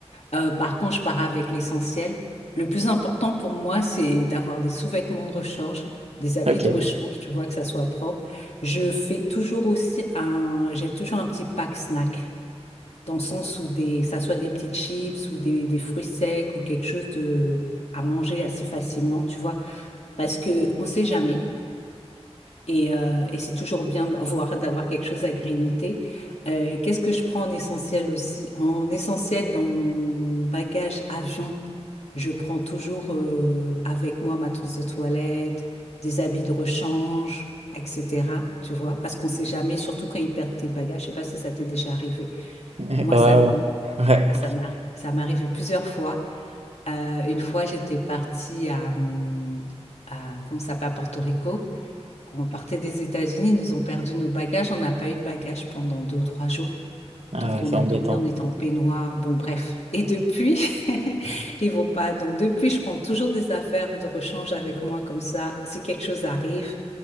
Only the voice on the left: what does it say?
Euh, par contre, je pars avec l'essentiel. Le plus important pour moi, c'est d'avoir des sous-vêtements de rechange, des habits
de rechange, tu vois, que ça soit propre. Je fais toujours aussi un, j'ai toujours un petit pack snack, dans le sens où des, que ça soit des petites chips ou des, des fruits secs ou quelque chose de, à manger assez facilement, tu vois, parce que on sait jamais. Et, euh, et c'est toujours bien d'avoir <laughs> d'avoir quelque chose à grignoter. Euh, qu'est-ce que je prends en essentiel aussi? En essentiel, dans mon bagage avion, je prends toujours euh, avec moi ma trousse de toilette, des habits de rechange, etc. Tu vois, parce qu'on sait jamais, surtout quand ils perdent tes bagages. Je sais pas si ça t'est déjà arrivé.
Moi,
ça, m-
ah, ça m'est arri- ça m'est arrivé plusieurs fois. Euh, une fois, j'étais partie à, hum, à comment ça s'appelle, à Porto Rico. Quand on partait des États-Unis, ils nous ont perdu nos bagages. On n'a pas eu de bagages pendant deux ou trois jours.
Donc
on
a
dormi, on était en peignoir. Bon, bref. Et depuis, <laughs> ils vont pas. Donc depuis, je prends toujours des affaires de rechange avec moi comme ça. Si quelque chose arrive,